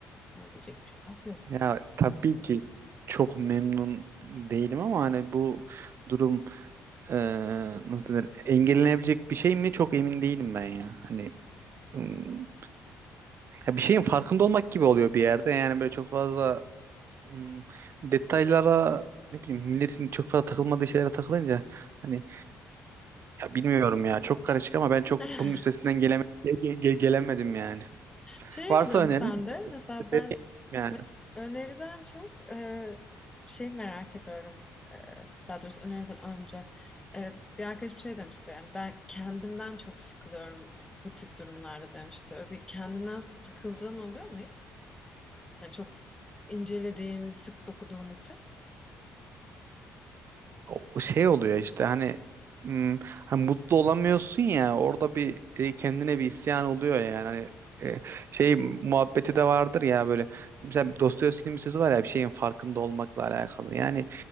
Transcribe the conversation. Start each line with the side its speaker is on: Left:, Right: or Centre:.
Left: ona diyecek bir laf yok.
Right: ya tabii ki çok memnun değilim ama hani bu durum e, nasıl denir engellenebilecek bir şey mi çok emin değilim ben ya. Hani ım, ya bir şeyin farkında olmak gibi oluyor bir yerde yani böyle çok fazla ım, detaylara ne bileyim milletin çok fazla takılmadığı şeylere takılınca hani Ya bilmiyorum ya çok karışık ama ben çok
Left: <laughs>
Right: bunun üstesinden geleme ge- ge- ge- gelemedim yani.
Left: Şey
Right: Varsa
Left: oluyor
Right: önerin
Left: mu sende?
Right: de
Left: Mesela ben
Right: derim yani.
Left: ö- öneriden çok e, şey merak ediyorum. E, daha doğrusu öneriden önce. E, bir arkadaşım şey demişti. Yani ben kendimden çok sıkılıyorum bu tip durumlarda demişti. Öyle bir kendinden sıkıldığın oluyor mu hiç? Yani çok incelediğin, sık dokuduğun için.
Right: O, o şey oluyor işte hani, hmm, hani mutlu olamıyorsun ya orada bir e, kendine bir isyan oluyor yani. Hani, e, şey muhabbeti de vardır ya böyle. Mesela Dostoyevski'nin bir sözü var ya bir şeyin farkında olmakla alakalı. Yani